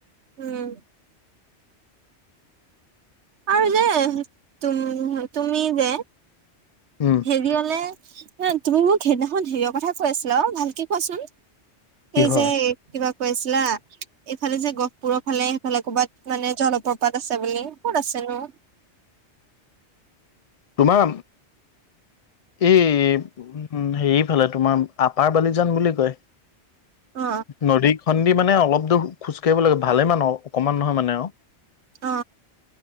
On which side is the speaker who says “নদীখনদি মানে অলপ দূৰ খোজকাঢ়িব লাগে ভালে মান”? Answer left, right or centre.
Left